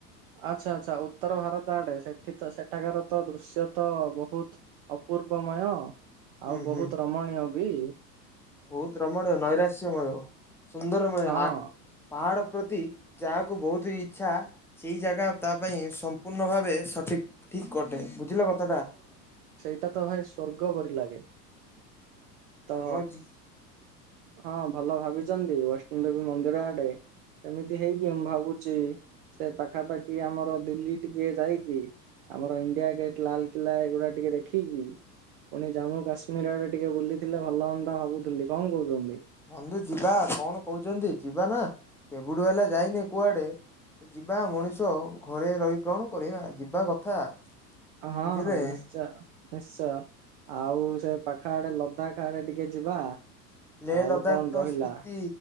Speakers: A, on the right (about 35°); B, in the centre.
A: ଆଚ୍ଛା ଆଚ୍ଛା ଉତ୍ତର ଭାରତ ଆଡେ ସେଠିତ ସେଠାକାରତ ଦୃଶ୍ୟତ ବହୁତ‌ ଅପୂର୍ବମୟ ଆଉ
B: ହୁଁ
A: ବହୁତ
B: ହୁଁ
A: ରମଣୀୟବି।
B: ବହୁତ ରମଣୀୟ ନୈରାଶ୍ୟମୟ ସୁନ୍ଦରମୟ
A: ହଁ
B: ଆରର୍କ। ପାହାଡ ପ୍ରତି ଯାହାକୁ ବହୁତ ଇଚ୍ଛା ସେଇ ଜାଗା ତାପାଇଁ। ସମ୍ପୂର୍ଣ୍ଣ ଭାବେ ସଠିକ ଠିକ ଅଟେ ବୁଝିଲ କଥାଟା।
A: ସେଇଟାତ ଭାଇ ସ୍ଵର୍ଗ ପରି ଲାଗେ ତ
B: ଆମ ହୁଁ
A: ହଁ ଭଲ ଭାବିଚନ୍ତି ବୈଷ୍ଣବଦେବୀ ମନ୍ଦିର ଆଡେ। ଏମିତି ହେଇକି ମୁଁ ଭାବୁଚି ସେ ପାଖା ପାଖି ଆମର ଦିଲ୍ଲୀ ଟିକେ ଯାଇକି ଆମର ଇଣ୍ଡିଆ ଗେଟ ଲାଲକିଲ୍ଲା ଏଗୁଡା ଟିକିଏ ଦେଖିକି ପୁଣି ଜାମ୍ମୁ କାଶ୍ମୀର ଆଡେ ଟିକେ ବୁଲିଥିଲେ ଭଲ ହୁଅନ୍ତା ଭାବୁଥିଲି କଣ କହୁଛନ୍ତି?
B: ବନ୍ଧୁ ଯିବା କଣ କହୁଛନ୍ତି ଯିବାନା କେବେଠୁ ହେଲା ଯାଇନି କୁଆଡେ? ଯିବା ମଣିଷ ଘରେ ରହି କଣ କରିବା ଯିବା କଥା?
A: ହଁ
B: ବୁଝିଲେ।
A: ହଁ ନିଶ୍ଚ ନିଶ୍ଚୟ ଆଉ ସେ ପାଖଆଡେ ଲଦାକା ଆଡେ ଟିକେ ଯିବା।
B: ଲେ
A: ଆଉ
B: ଲଦାକ
A: କଣ ରହିଲା
B: ସ୍ପୁତି